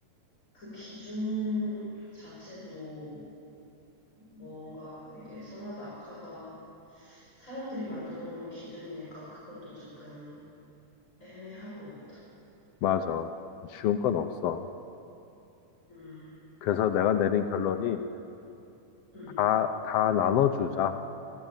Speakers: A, on the left; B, on the left.
A: 그 기준 자체도 뭔가 이게 선하다, 악하다, 사람들이 만들어 놓은 기준이니까 그것도 조금 애매한 것 같아.
B: 맞아. 쉬운 건 없어.
A: 음,
B: 그래서 내가 내린 결론이
A: 음,
B: 다, 다 나눠주자.